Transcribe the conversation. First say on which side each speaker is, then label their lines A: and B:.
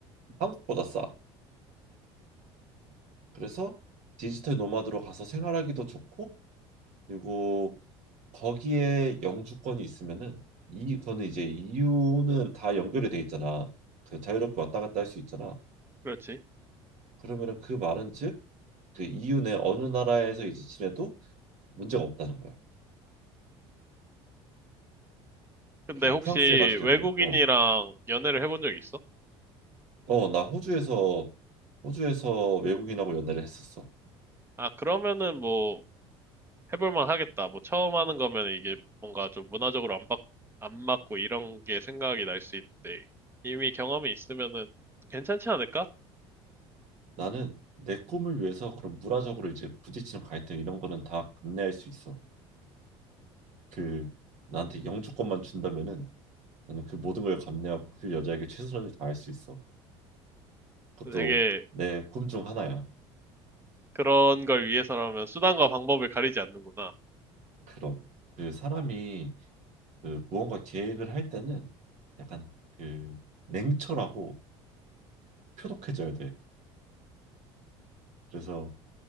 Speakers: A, on the right; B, on the right.
A: 한국보다 싸. 그래서 디지털 노마드로 가서 생활하기도 좋고 그리고 거기에 영주권이 있으면은 이 거는 이제 EU는 다 연결이 돼 있잖아. 그 자유롭게 왔다 갔다 할 수 있잖아.
B: 그렇지.
A: 그러면은 그 말은 즉그 EU 내 어느 나라에서 이제 지내도 문제가 없다는 거야.
B: 근데
A: 그럼
B: 혹시
A: 프랑스에 가도 되고,
B: 외국인이랑
A: 어,
B: 연애를 해본 적 있어?
A: 어, 나 호주에서 호주에서 외국인하고 연애를 했었어.
B: 아, 그러면은 뭐 해볼만 하겠다. 뭐 처음 하는 거면 이게 뭔가 좀 문화적으로 안 맞, 안 맞고 이런 게 생각이 날 수 있는데 이미 경험이 있으면은 괜찮지 않을까?
A: 나는 내 꿈을 위해서 그런 문화적으로 이제 부딪히는 갈등 이런 거는 다 감내할 수 있어. 그 나한테 영주권만 준다면은 나는 그 모든 걸 감내하고 그 여자에게 최선을 다할 수 있어. 그것도
B: 되게
A: 내 꿈 중 하나야.
B: 그런 걸 위해서라면 수단과 방법을 가리지 않는구나.
A: 그럼 그 사람이 그 무언가 계획을 할 때는 약간 그 냉철하고 표독해져야 돼. 그래서